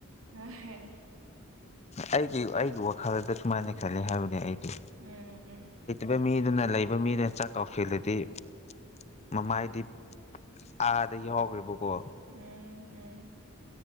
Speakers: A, on the right; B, on the left.
A: ꯑ꯫
B: ꯑꯩꯒꯤ ꯑꯩꯒꯤ ꯋꯥꯈꯜꯗ ꯀꯃꯥꯏꯅ ꯈꯜꯂꯤ ꯍꯥꯏꯕꯗꯤ ꯑꯩꯗꯤ꯫
A: ꯎꯝ ꯎꯝ
B: ꯄꯦꯃꯤꯗꯅ ꯂꯩꯕ ꯃꯤꯅ ꯆꯥꯛ ꯀꯥꯎꯁꯤꯜꯂꯗꯤ ꯃꯃꯥꯏꯗꯤ ꯑꯥꯗꯒꯤ ꯍꯧꯈ꯭ꯔꯦꯕꯀꯣ꯫
A: ꯎꯝ ꯎꯝ꯫